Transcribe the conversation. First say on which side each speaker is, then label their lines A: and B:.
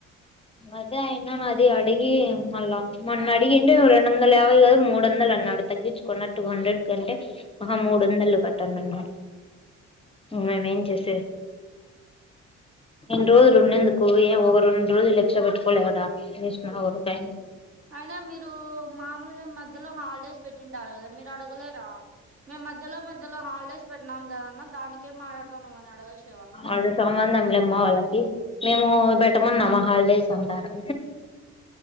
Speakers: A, on the left (about 20°); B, on the right (about 45°).
A: అదే అయినా నా అది అడిగి మళ్ళా మొన్న అడిగిండే రెండు వందలు ఏవై కదా మూడు వందలు అన్నాడు తగ్గించుకున్న టూ హండ్రెడ్ కంటే ఒక మూడు వందలు కట్టండిన్నాడు మేము ఏం చేసే రెండు రోజులు ఉండేందుకు ఏ ఒక రెండు రోజులు ఇష్ట పెట్క అడా స్ట్ <unintelligible>
B: అయినా మీరు మామూలుగా మధ్యలో హాలిడేస్ పెట్టింటారు కదా మీరు అడగలేరా మే మధ్యలో మధ్యలో హాలిడేస్ పెట్టినాం కదన్న దానికే మాట్లాడతా నువ్ అని అడగొచ్చు
A: అది సమా మ్మ వాళ్ళకి మేము పెట్టమనిమ్మా హాలిడేస్ అంటారు